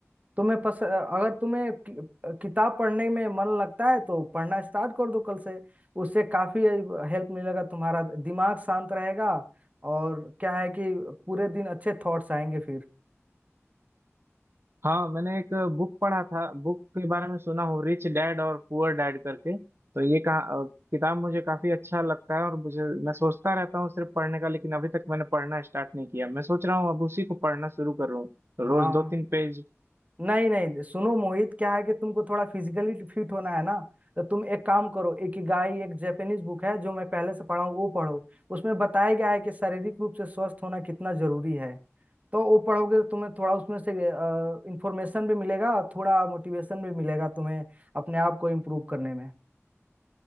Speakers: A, on the right; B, on the right.
A: तुम्हें पस अगर तुम्हें कि, किताब पढ़ने में मन लगता है तो पढ़ना स्टार्ट कर दो कल से उससे काफी हेल्प मिलेगा तुम्हारा दिमाग शांत रहेगा और क्या है कि पूरे दिन अच्छे थॉट्स आएंगे फिर
B: हाँ मैंने एक बुक पढ़ा था बुक के बारे में सुना हूँ रिच डैड और पुअर डैड करके तो ये का, अ, किताब मुझे काफी अच्छा लगता है और मुझे मैं सोचता रहता हूँ सिर्फ पढ़ने का लेकिन अभी तक मैंने पढ़ना स्टार्ट नहीं किया मैं सोच रहा हूँ अब उसी को पढ़ना शुरू करूँ रोज
A: हाँ
B: दो तीन पेज
A: नहीं नहीं सुनो मोहित क्या है कि तुमको थोड़ा फिजिकली फिट होना है ना तो तुम एक काम करो इकिगाई एक जापानीज बुक है जो मैं पहले से पढ़ा हूँ वो पढ़ो उसमें बताया गया है कि शारीरिक रूप से स्वस्थ होना कितना जरूरी है तो वो पढ़ोगे तो तुम्हें थोड़ा उसमें से इंफॉर्मेशन भी मिलेगा और थोड़ा मोटिवेशन भी मिलेगा तुम्हें अपने आप को इम्प्रूव करने में